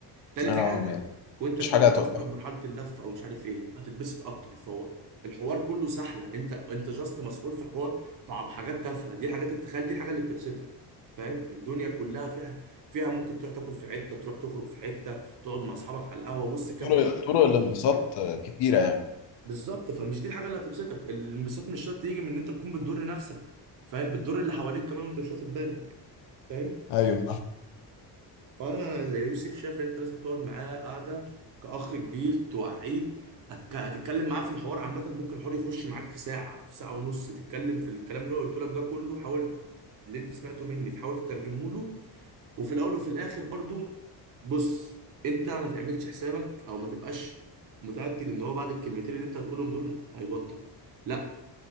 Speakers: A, on the right; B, on the left.
A: تالت
B: انا
A: حاجة
B: مان
A: وانت
B: مفيش
A: بتبدأ
B: حاجة هتوقفك
A: مثلا مرحلة اللف او مش عارف ايه هتتبسط اكتر فهو الحوار كله سهلة انت انت جاست مسؤول في حوار في ع- حاجات تافهة دي الحاجات التخيل دي الحاجة اللي بتبسطك فاهم الدنيا كلها فيها فيها ممكن تروح تاكل في حتة تروح تخرج في حتة تقعد مع اصحابك على القهوة بص كام
B: طرق
A: حاجة ممكن
B: طرق
A: تكون
B: الانبساط
A: بتبسطك
B: آه، كتيرة يعني
A: بالظبط فمش دي الحاجة اللي هتبسطك الانبساط مش شرط يجي من ان انت تكون بتضر نفسك فاهم بتضر اللي حواليك كمان وانت مش واخد بالك فاهم
B: ايوه
A: فانا زي يوسف شايف إن انت لازم تقعد معاه قاعده كاخ كبير توعيه هتك- هتتكلم معاه في الحوار عامه ممكن الحوار يخش معاك في ساعه في ساعه ونص تتكلم في الكلام اللي هو قلت لك ده كله حاول اللي انت سمعته مني تحاول تترجمه له وفي الاول وفي الاخر برضو بص انت ما تعملش حسابك او ما تبقاش متاكد ان هو بعد الكلمتين اللي انت هتقولهم دول هيبطل لا